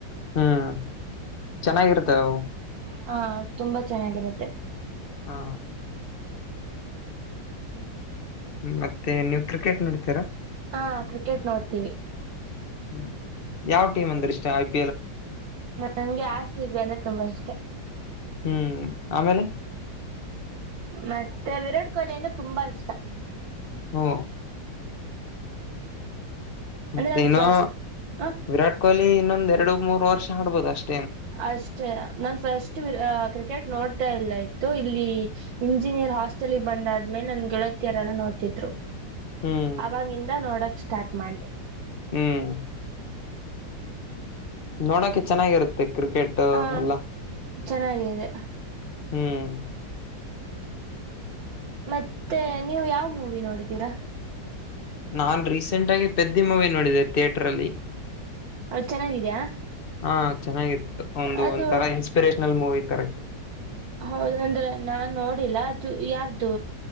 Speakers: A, on the left; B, on the right.
A: ಹ್ಮ್ ಚೆನ್ನಾಗಿರ್ತವೆ
B: ಹಾ ತುಂಬಾ ಚೆನ್ನಾಗಿರುತ್ತೆ
A: ಹಾ ಮತ್ತೆ ನೀವ್ ಕ್ರಿಕೆಟ್ ನೋಡತೀರಾ
B: ಹಾ ಕ್ರಿಕೆಟ್ ನೋಡ್ತೀವಿ
A: ್ಮ ಯಾವ ಟೀಮ್ ಅಂದ್ರೆ ಇಷ್ಟ ಆಯ್ತ
B: ನಂಗೆ ಆರ್‌ಸಿಬಿ ಅಂದ್ರೆ ತುಂಬಾ ಇಷ್ಟೆ
A: ಹ್ಮ್ ಆಮೇಲೆ?
B: ಮತ್ತೆ ವಿರಾಟ್ ಕೊಹ್ಲಿ ಅಂದ್ರೆ ತುಂಬಾ ಇಷ್ಟ
A: ಹಾ ಮತ್ತೆ
B: ಅಂದ್ರೆ ನನ್
A: ಇನ್ನು
B: ಫಸ್ಟ್ ಹ
A: ವಿರಾಟ್ ಕೊಹ್ಲಿ ಇನ್ನೊಂದ್ ಎರಡು ಮೂರ್ ವರ್ಷ ಆಡ್ಬೋದ ಅಷ್ಟೆ
B: ಅಷ್ಟೇ ನಾನ್ ಫಸ್ಟ್ ಕ್ರಿಕೆಟ್ ನೋಡ್ತಾ ಇಲ್ಲ ಇಲ್ಲಿ ಇಂಜಿನಿಯರ್ ಹಾಸ್ಟೆಲ್ಗೆ ಬಂದಾದ್ಮೇಲೆ ನಂದ ಗೆಳತಿಯರಲ್ಲ ನೋಡ್ತಿದ್ರು
A: ಹ್ಮ್.
B: ಅವಾಗಿಂದ ನೋಡಕ್ ಸ್ಟಾರ್ಟ್ ಮಾಡೆ
A: ಹ್ಮ್ ನೋಡಕೆ ಚೆನ್ನಾಗಿರುತ್ತೆ ಕ್ರಿಕೆಟ್
B: ಹ
A: ಎಲ್ಲ
B: ಚೆನ್ನಾಗಿದೆ
A: ಹ್ಮ್
B: ಮತ್ತೆ ನೀವು ಯಾವ್ ಮೂವಿ ನೋಡಿದೀರಾ
A: ನಾು ರೀಸೆಂಟ್ ಆಗಿ ಪೆದ್ದಿ ಮೂವಿ ನೋಡಿದೆೆ ಥಿಯೇಟರ್ ಅಲ್ಲಿ
B: ಅವಳ ಚೆನ್ನಾಗಿದ್ಯಾ
A: ಹಾ ಚೆನ್ನಾಗಿತ್ತು ಒಂದು
B: ಅದು
A: ಒಂದರ ಇನ್ಸ್ಪಿರೇಷನಲ್ ಮೂವಿ ತರ ಇತ್ತು
B: ಹೌದಂದ್ರೆ ನಾನ್ ನೋಡಿಲ್ಲ ಅದು ಯಾರ್ದು